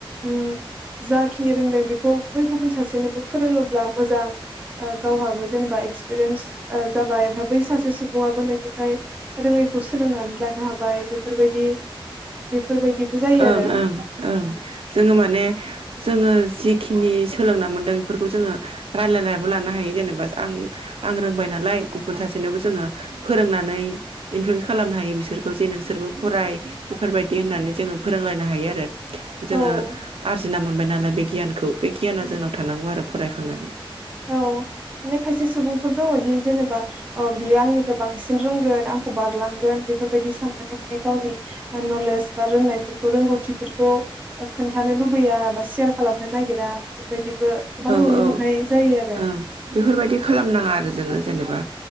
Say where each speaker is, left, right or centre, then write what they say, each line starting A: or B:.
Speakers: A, on the right (about 15°); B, on the right (about 85°).
A: उम। जाखिनि रोंदों बेखौ बै गुबुन सासेनोबो फोरोङोब्ला मोजां। ओ गावहाबो जेनेबा एक्सपिरियेन्स जाबाय ओमफ्राय बै सासे सुबुङाबो नोंनिफ्राय रोङैखौ सोलोंनानै लानो हाबाय बेफोरबायदि बेफोरबायदिबो जायो आरो
B: ओं ओं ओं जोङो माने जोङो जि खिनि सोलोंना मोनदों बेफोरखौ जोङो रायलायनाबो लानो हायो जेनेबा आं आं रोंबाय नालाय गुबुन सासेनोबो जोङो फोरोंनानै इनफ्लुयेन्स खालामनो हायो बिसोरखौ जे नोंसोरबो फराय बेफोरबायदि होननानै जोङो फोरोंलायनो हायो आरो जोङो
A: औ
B: आरजिना मोन बाय नालाय बे गियानखौ। बे गियाना जोंनाव थानांगौ आरो फरायखांनानै।
A: औ माने खायसे सुबुंफोर दङदि जेनेबा अ बियो आंनिफ्राय बां सिन रोंगोन आंखौ बारलांगोन बेफोरबायदि साननानै माने गावनि बा नलेज बा रोंनायफोरखौ रोंगौथिफोरखौ खोन्थानो लुबैया बा सेयार खालामनो नागिरा। बेफोरबायदिबो गोबां
B: औ
A: नुनो
B: औ
A: मोननाय जायो आरो।
B: ओं बेफोरबायदि खालामनाङा आरो जोङो जेनेबा